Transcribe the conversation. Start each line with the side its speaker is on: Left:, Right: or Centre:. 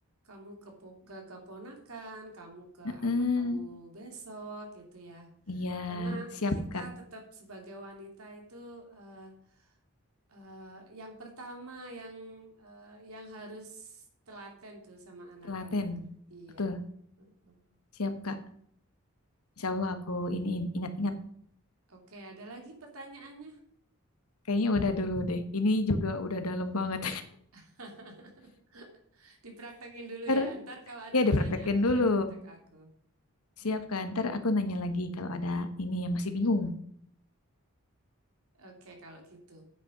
Right: kamu ke, po- ke keponakan, kamu ke
Left: Heeh.
Right: anak kamu besok gitu ya.
Left: Iya,
Right: Karena
Left: siap
Right: kita
Left: Kak.
Right: tetap sebagai wanita itu eh, Eh, yang pertama yang eh, yang harus telaten tuh sama anak-anak.
Left: Telaten.
Right: Iya.
Left: Betul,
Right: Mm-mm.
Left: siap Kak. Insya Allah aku ini ingat-ingat.
Right: Oke, ada lagi pertanyaannya?
Left: Kayaknya udah dulu deh. Ini juga udah dalam banget.
Right: <laughs> Dipraktekin
Left: <laughs>
Right: dulu
Left: Ntar
Right: ya. Ntar kalau ada
Left: ya
Right: pertanyaan
Left: dipraktekin
Right: boleh
Left: dulu.
Right: kontak aku.
Left: Siap Kak. Ntar aku nanya lagi kalau ada ini yang masih bingung.
Right: Oke, kalau gitu.